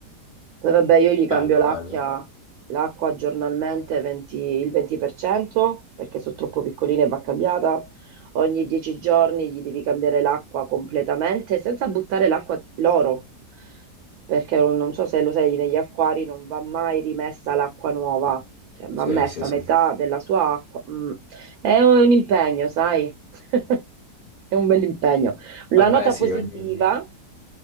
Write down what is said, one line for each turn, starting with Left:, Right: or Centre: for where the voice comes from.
Right: Poi vabbè, io gli cambio
Left: Bello,
Right: l'acqua,
Left: bello.
Right: l'acqua giornalmente 20 il 20% perché sono troppo piccoline e va cambiata. Ogni 10 giorni gli devi cambiare l'acqua completamente senza buttare l'acqua loro, perché non non so se lo sai, negli acquari non va mai rimessa l'acqua nuova, cioè va
Left: Sì,
Right: messa
Left: sì, sì.
Right: Mm. metà della sua acqua. Mm. È un impegno, sai? <laughs> È un bel impegno. La
Left: Vabbè,
Right: nota
Left: sì,
Right: positiva
Left: ogni...